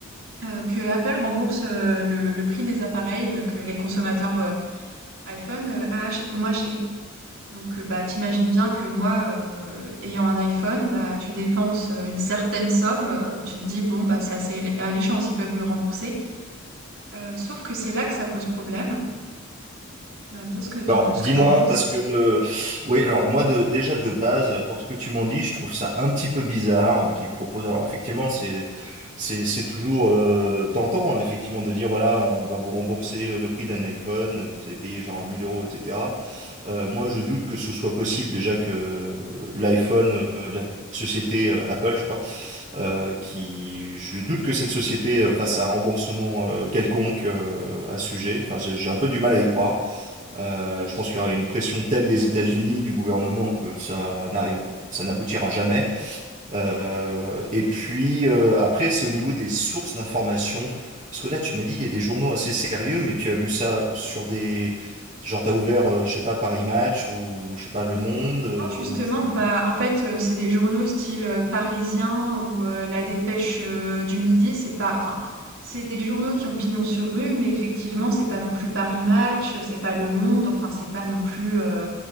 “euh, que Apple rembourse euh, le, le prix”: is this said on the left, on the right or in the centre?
Right